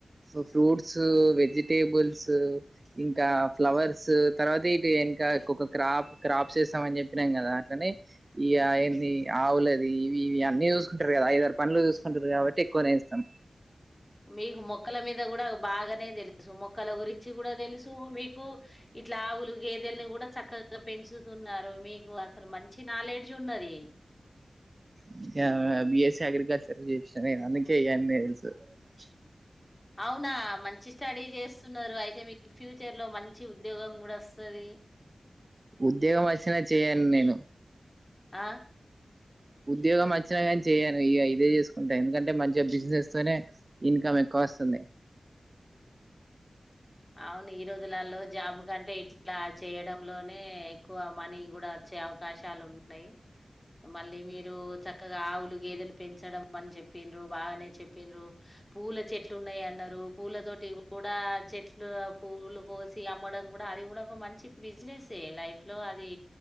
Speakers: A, on the right; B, on the left.
A: ఫ ఫ్రూట్స్ వెజిటేబుల్స్ ఇంకా ఫ్లవర్స్. తర్వాత ఇటు యెన్క ఒక్కొక్కొ క్రాపు. క్రాప్ చేస్తమన్ జెప్పినాం గద అట్లనే. ఇయ అయన్నీ ఆవులది ఇవి ఇవి అన్నీ జూస్కుంటరు గదా ఐదార్ పన్లు జూస్. <unintelligible> కాబట్టి ఎక్కువనే ఇస్తాం.
B: మీకు మొక్ మొక్కల మీద గూడా బాగనే దెలుసు మొ. మొక్కల గురించి గూడా దెలుసు మీకు ఇట్ల ఆవులు గేదెల్ని గూడా చక్కగా పెంచు తున్నారు మీకు అసలు మంచి నాలెడ్జున్నది.
A: ఉమ్ యా బిఎస్సే అగ్రికల్చర్ జేష్న నేను అందుకె ఇయన్నీ దెల్స్. స
B: ఔనా మంచి స్టడీ జేస్తున్నారు ఐతే మీక్ ఫ్యూచర్ లో మంచి ఉద్యోగం గూడొస్తది.
A: ఉద్యోగమచ్చినా చెయ్యన్ నేను.
B: అ
A: ఉద్యోగమచ్చిన గాన్ చెయ్యను ఇగ ఇదే జేస్. స్కుంటా ఎందుకంటే మంచిగ బిజినెస్ తోనే ఇన్కమెక్. కాస్తుంది
B: ఔను ఈ రోజులాల్లో జాబు కంటే ఇట్లా చేయడంలోనే ఎక్కువ మనీ గూడా అచ్చే అవకాశాలుంటాయ్ మళ్ళీ మీరు చక్కగా ఆవులు గేదెలు పెంచడం అన్ చెప్పిన్రు బాగాయనే చెప్పిన్రు పూల చెట్లున్నాయన్నరు పూలతోటి కూడా చెట్ల్. ట్లు పువ్వులు గోసి అమ్మడం గూడా అది గూడా ఒక మంచి బిజినెస్సే లైఫ్ లో అది